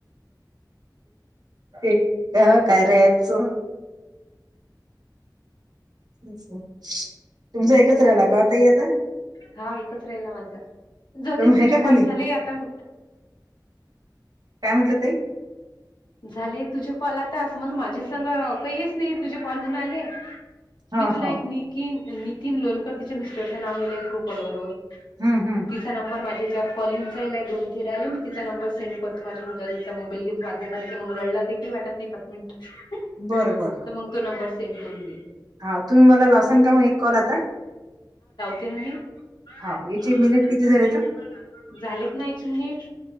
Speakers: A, on the right; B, on the left.
A: ते का कायेच तू तुमच एकच राहिला का आता याता
B: हा एकत्रहिला माझा जो
A: तनु
B: दिन
A: आहे
B: तुझे
A: का खाली
B: कॉल झाले आता.
A: काय म्हंटला ताई
B: झाले तुझे कॉल आता समज माझ्यासंग काही हेच नाही तुझे कॉल होऊन आले
A: हा
B: मी तुला
A: हो
B: एक निकीन नितीन लोणकर तिच्या मिस्टरचं नाव लिहिलंय ट्रू कॉलोरवर
A: हूं.. हूं
B: तिचा नंबर माझ्या याच्यावर कॉल येऊन जायलाय, दोन तेेराले मी तिचा नंबर सेंड करतो माझ्या मुलाजवळचा मोबाईल घेतो. झालं की मग रडला ते काही वाटत नाही पाच मिनिटं
A: बरं बर.
B: मंग तो नंबर सेंड करून देईल.
A: हाऊ तुम्ही मला लावसान का मग एक कॉल आता..
B: तेन मी <unintelligible>
A: हा याचे मिनिट किती झाले तर
B: झालीच नाही. केच मिनिट..